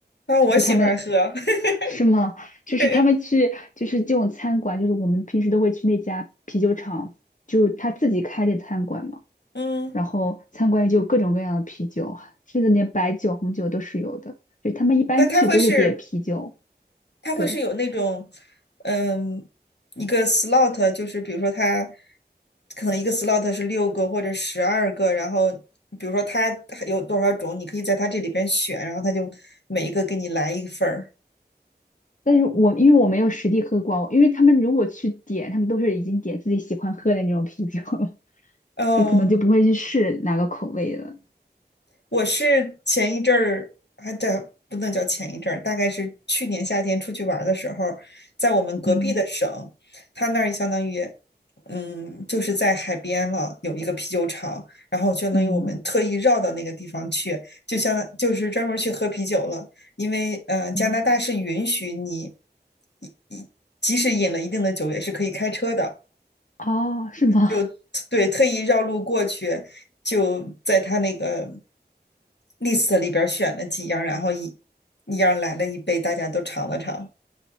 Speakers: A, on the left; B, on the left.
A: 啊，我喜欢喝，
B: 就是他们，
A: <laughs>
B: 是吗？就是他们去，
A: 对，
B: 就是这种餐馆，就是我们平时都会去那家啤酒厂，就是他自己开的餐馆嘛。
A: 嗯，
B: 然后参观也就有各种各样的啤酒，甚至连白酒、红酒都是有的。对，他们一般去都是点啤酒，
A: 但它会是，它会是有那种，
B: 对。
A: 嗯，一个 slot，就是比如说它可能一个 slot 是六个或者十二个，然后比如说它有多少种，你可以在它这里边选，然后它就每一个给你来一份儿。
B: 但是我因为我没有实地喝过，因为他们如果去点，他们都是已经点自己喜欢喝的那种啤酒了，<laughs>
A: 哦，
B: 就可能就不会去试哪个口味了。
A: 我是前一阵儿，还在不能叫前一阵儿，大概是去年夏天出去玩的时候，在我们隔壁的省，
B: 嗯
A: 他那儿相当于，嗯，就是在海边了，有一个啤酒厂，然后相当于我们特意绕到那个地方去，
B: 嗯
A: 就相就是专门去喝啤酒了，因为呃，加拿大是允许你，
B: 嗯，
A: 一一即使饮了一定的酒，也是可以开车的。
B: 哦，是吗？
A: 就对特意绕路过去，就在他那个 list 里边选了几样，然后一一样来了一杯，大家都尝了尝。